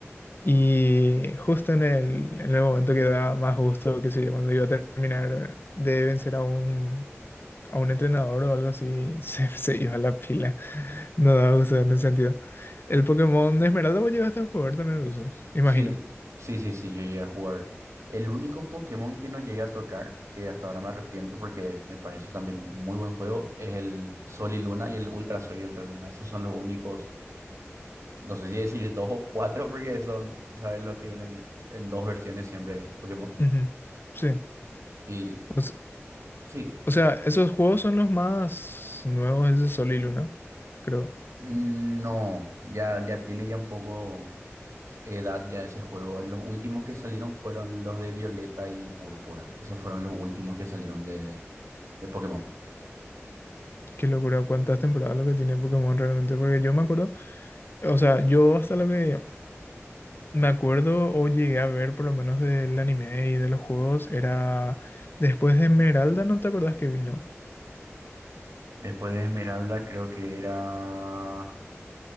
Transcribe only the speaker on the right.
Sí, sí, sí, sí, yo llegué a jugar. El único Pokémon que no llegué a tocar, que hasta ahora me arrepiento porque me parece también muy buen juego, es el Sol y Luna y el Ultra Sol y Ultra Luna. Esos son los únicos, no sé si decir dos o cuatro, porque son, ¿sabes lo que vienen en dos versiones siempre de Pokémon?
Y
sí,
no, ya, ya tiene ya un poco edad ya ese juego. Los últimos que salieron fueron los de Violeta y Púrpura. Esos fueron los últimos que salieron de, de Pokémon.
Después de Esmeralda creo que era...